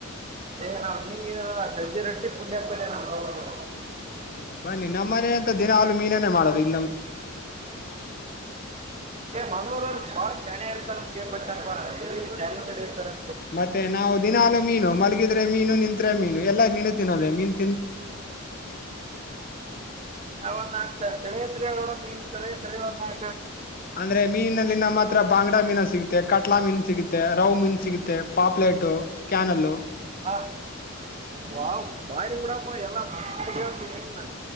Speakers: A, on the right; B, on the left.
A: ಏ ನಾವ್ ಮೀನ್ಗೀನಲ್ಲ ಸಜ್ಜೆ ರೋಟ್ಟಿ ಪುಂಡ ಪಲೆ ನಾ ಹೋಗೋದು
B: ಹೌದಾ ಬನ್ನಿ ನಮ್ಮನೆ ಅಂತ ದಿನ ಹಾಲು ಮೀನನೇ ಮಾಡೋದು ಇ
A: ಮಂಗಳೂರು ಬಾ ಚನ ಇರ್ತಾರೆ ಕೇಪಟ್ಟಪ್ಪ ಎಲ್ಲಿ ಟ್ಯಾಲೆಂಟ್ ಇರ್ತಾರೆ
B: ಮತ್ತೆ ನಾವು ದಿನಲು ಮೀನು ಮಲಗಿದ್ರೆ ಮೀನು ನಿತ್ರೆ ಮೀನು ಎಲ್ಲಾ ಮೀನು ತಿನ್ನೋದೆ ಮೀನ್
A: ಹವ ನಾಕ್ತತ ಸತ್ರೀಯ ಮೀನ್ ತಡ ಸರಿಂದ
B: ಅಂದ್ರೆ ಮೀನಿನಲ್ಲಿ ನಮ್ಮ ಹತ್ರ ಬಾಂಗಡಾ ಮೀನು ಸಿಗುತ್ತೆ ಕಟ್ಲಾ ಮೀನು ಸಿಗುತ್ತೆ ರೌ ಮೀನ್ ಸಿಗುತ್ತೆ ಮತ್ತ ಪಾಪ್ಲೆಟು ಕ್ಯಾನಲ್
A: ಹ ವ ಬಾರಿ ಬಿಡಪ್ಪ ಎಲ್ಲ ಮಟ್ಟಿಗೆತ ನಿನ್ನ